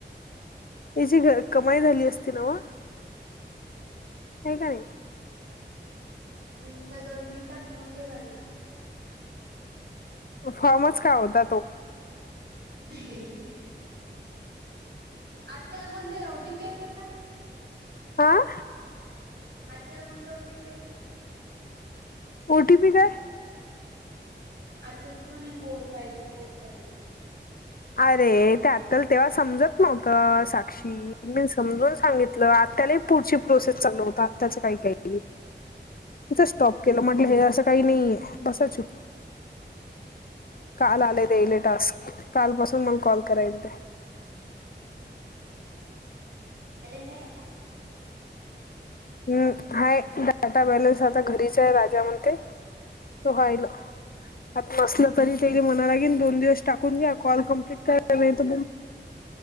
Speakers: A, on the left; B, on the right.
A: त्याची घर कमाई झाली असती ना नाही का नाही
B: मिनिटं दोन मिनिटात फॉर्म भी भरला
A: फॉर्मच काय होता तो
B: हे आता कोणता ओटीपी आला होता?
A: आं?
B: आता कोणता ओटीपी येत होता?
A: ओटीपी काय?
B: आताच तर म्हणे कोड पाहिजे की कोड पाहिजे
A: अरे ते आलत तेव्हा समजत नव्हतं साक्षी मी समजून सांगितलं आत्यालाही पुढची प्रोसेस चालू होता आत्याच काही नाही तिथंच
B: हम्म
A: स्टॉप केलं म्हटलं हे असं काही नाहीे बसा चूप काल आले ताईला टास्क काल पासून मग कॉल करायली ते
B: बॅलन्स आहे का?
A: हम्म
B: त्यांच्या
A: हाय
B: फोन?
A: डाटा बॅलन्स आता घरीच आहे राजा म्हणते तो राहिला आता नसलं तरी ते मनाला घेन दोन दिवस टाकून घ्या कॉल कंप्लीट करा नाहीतर